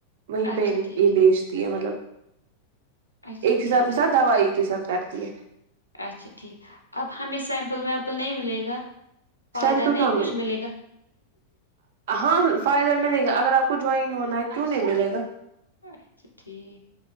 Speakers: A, on the right; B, on the left.
A: وہیں
B: اچھا
A: پہ
B: ٹھیک
A: یہ بیچتی ہے مطلب
B: اچھا
A: ایک حساب
B: ٹھیک
A: کے ساتھ دوائی ایک حساب کرتی ہے
B: اچھا ٹھیک اب ہمیں سیمپل ویمپل نہیں ملے گا فائدہ
A: سیمپل
B: نہیں
A: کہاں
B: کچھ ملے گا
A: ہاں فائدہ ملے گا اگر آپ کو جوائن ہونا ہے کیوں نہیں ملے گا
B: اچھا ٹھیک